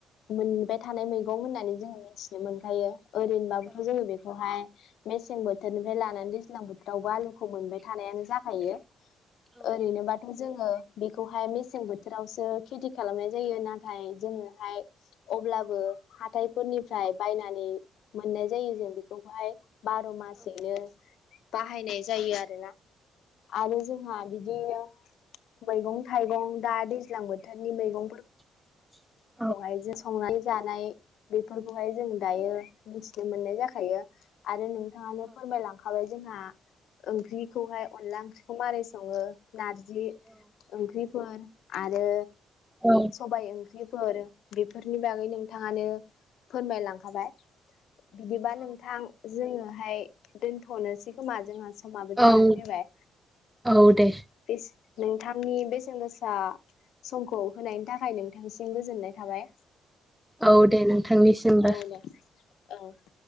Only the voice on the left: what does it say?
मोनबाय थानाय मैगं होननानै जोंङो मोनथिनो मोनखायो ओरैनोबाबोथ' जोंङो बेखौहाय मेसें बोथोरनिफ्राय लानानै दैज्लां बोथ <unintelligible> रावबो आलुखौ मोनबाय थानायानो जाखायो ओरैनोबा जोंङो बेखौहाय मेसें बोथोरावसो खेथि खालामनाय जायो नाथाय जोंङोहाय अब्लाबो हाथायफोरनिफाय बायनानै मोननाय जायो जों बेखौहाय बार' मासैनो बाहायनाय जायो आरोना आरो जों जोंहा बिदिनो मैगं थाइगं दा दैज्लां बोथोरनि मैगं
खौहाय संनानै जानाय बेफोरखौहाय जों दायो मिथिनो मोननाय जाखायो आरो नोंथाङानो फोरमायलांखा हाबाय जोंहा ओंख्रिखौहाय अनला ओंख्रिखौ माबारै सङो नारजि ओंख्रिफोर आरो
सबाय ओंख्रिफोर बेफोरनि बागै नोंथाङानो फोरमाय लांखाबाय बिदिबा नोंथां जोङोहाय दोनथ'नोसै खोमा जोंहा सम समाबो
जानानै फैबाय
बे नोंथांनि बेसेन गोसा समखौ होनायनि थाखाय नोंथांसिम गोजोननाय थाबाय
औ दे औ